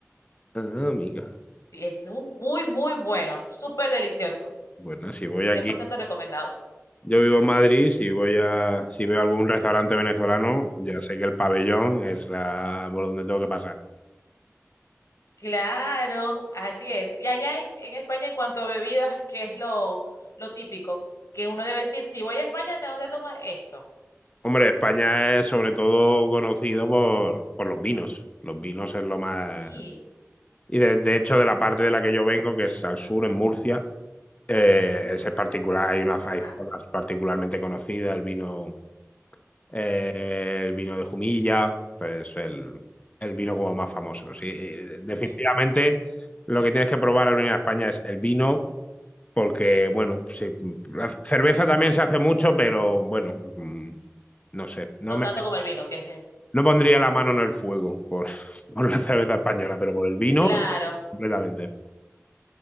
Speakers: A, on the left; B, on the left.
A: Ah, amiga.
B: Sí, es un- muy, muy bueno, súper delicioso.
A: Bueno, si voy aquí
B: cien por ciento recomendado.
A: Yo vivo en Madrid, si voy a, si veo algún restaurante venezolano, ya sé que el pabellón es la por donde tengo que pasar.
B: Claro, así es. Y allá en, en España, en cuanto a bebidas, ¿qué es lo, lo típico? Que uno debe decir, si voy a España, tengo que tomar esto.
A: Hombre, España es sobre todo conocido por, por los vinos. Los vinos es lo más...
B: Sí,
A: Y de, de hecho, de la parte de la que yo vengo, que es al sur, en Murcia, eh, ese es particular, hay unas
B: ajá.
A: hay zonas particularmente conocidas, el vino, eh, el vino de Jumilla, pues el, el vino como más famoso. Sí, eh, definitivamente
B: ujú,
A: lo que tienes que probar al venir a España es el vino porque, bueno, sí,
B: ujú.
A: la cerveza también se hace mucho, pero bueno, mm, no sé, no,
B: No
A: me,
B: tanto como el vino, que es... el-
A: no pondría la mano en el fuego por, <laughs> por la cerveza española, pero por el vino,
B: Claro.
A: completamente.